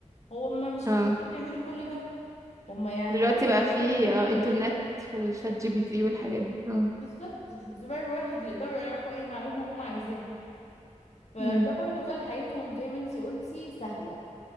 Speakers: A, on the left; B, on the right.
A: هما مش
B: اه
A: محتاجين يعملوا كل ده هما يعني
B: دلوقتي بقى في
A: ده واحد
B: اه انترنت وشات جي بي تي والحاجات دي اه
A: بالظبط زرار واحد يقدروا يعرفوا اي معلومة هم عايزينها فده
B: امم
A: برضو خلى حياتهم زي ما انتي قلتي سهلة